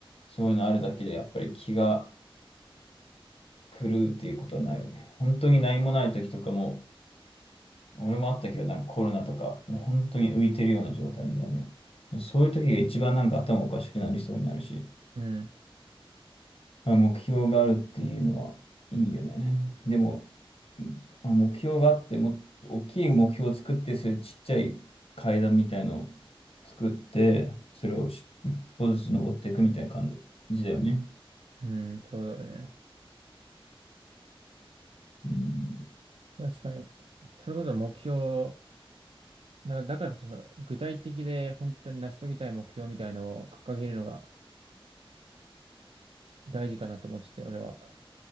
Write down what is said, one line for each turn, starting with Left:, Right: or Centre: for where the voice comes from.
Left: そういうのあるだけでやっぱり気が狂うっていうことはないよね。本当に何もない時とかも、俺もあったけど、なんかコロナとか、もう本当に浮いてるような状態みたいなね。そういう時が一番なんか頭おかしくなりそうになるし。
Right: うん、
Left: まあ、目標があるっていうのはいいよね。でも、まあ、目標があって、もっと大きい目標を作って、それちっちゃい階段みたいのを作って、それをし一歩ずつ登っていくみたいな感じだよね。
Right: うん、そうだよね。
Left: うん。
Right: 確かに。それこそ目標だだからこそ、具体的で本当に成し遂げたい目標みたいのを掲げるのが大事かなと思ってて、俺は。